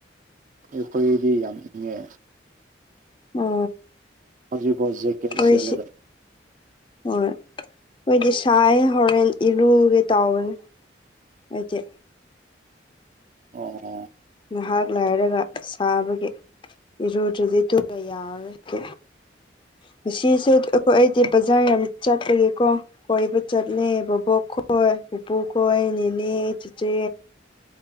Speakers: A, on the right; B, on the left.
A: ꯑꯩꯈꯣꯏꯗꯤ ꯌꯥꯝ ꯏꯪꯉꯦ
B: ꯑꯣ
A: ꯍꯧꯖꯤꯛꯐꯥꯎ ꯖꯦꯀꯦꯠ
B: ꯑꯩꯣꯏꯁꯤ
A: ꯁꯦꯠꯂꯒ
B: ꯍꯣꯏ ꯑꯩꯏꯗꯤ ꯁꯥꯏꯌ‌ꯦ ꯍꯣꯔꯦꯟ ꯏꯔꯨꯒꯦ ꯇꯧꯕꯅꯤ ꯑꯩꯆꯦ
A: ꯑꯣ
B: ꯉꯍꯥꯛ ꯂꯥꯏꯔꯒ ꯁꯥꯕꯒꯤ ꯏꯔꯨꯗ꯭ꯔꯗꯤ ꯇꯨ ꯌꯥꯔꯔꯣꯏ ꯀꯦ ꯉꯁꯤꯁꯨ ꯑꯩꯈꯣꯏ ꯑꯩꯗꯤ ꯕꯖꯥꯔ ꯌꯥꯝ ꯆꯠꯄꯒꯤꯀꯣ ꯀꯣꯏꯕ ꯆꯠꯂꯦ ꯕꯕꯣꯛ ꯈꯣꯏ ꯄꯨꯄꯨ ꯈꯣꯏ ꯅꯦꯅꯦ ꯆꯤꯆꯦ